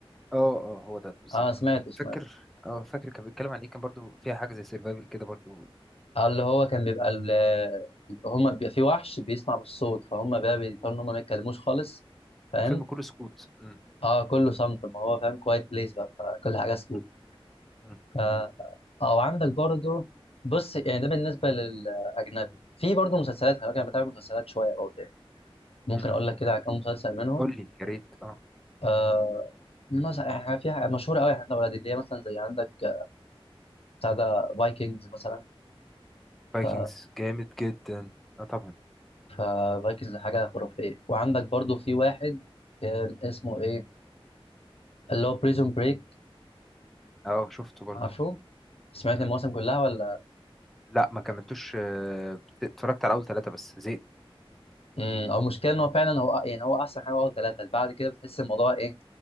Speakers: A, in the centre; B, on the left (about 75°).
A: اه اه هو ده بالظبط
B: اه سمعته
A: اه
B: سمعت
A: فاكر اه فاكر كان بيتكلم عن ايه كان برضو فيها حاجه زي سيرفايفل كده برضو
B: آه اللي هو كان بيبقى ال بيبقى هما بيبقى في وحش بيسمع بالصوت فهم بقى بيضطروا ان هم ما يتكلموش خالص فاهم
A: الفيلم كله سكوت مم.
B: اه كله صمت ما هو فاهم كوايت بليس بقى فكل حاجه سكوت
A: مم. مم.
B: ف-
A: مم.
B: اه وعندك برضو بص يعني ده بالنسبه للاجنبي في برضو مسلسلات خلي بالك انا بتابع مسلسلات شويه برضو يعني ممكن
A: مم.
B: اقول لك كده على كام مسلسل منهم
A: قول لي يا ريت اه
B: آه مثلا يعني حاجة- في حاجة مشهوره قوي احنا اولاد اللي هي مثلا زي عندك آه، بتاع ده فايكنجز مثلا
A: فايكنجز
B: ف
A: جامد جدا اه طبعا
B: ففايكنجز حاجه خرافيه وعندك برضو في واحد كان اسمه ايه اللي هو بريزون بريك
A: اه شفته برضو
B: عارفه سمعت
A: مم.
B: المواسم كلها ولا
A: لا ما كملتوش آه، بت- اتفرجت على اول ثلاثه بس زهقت
B: امم هو المشكله ان هو فعلا هو يعني هو احسن حاجه هو ثلاثه بعد كده بتحس الموضوع ايه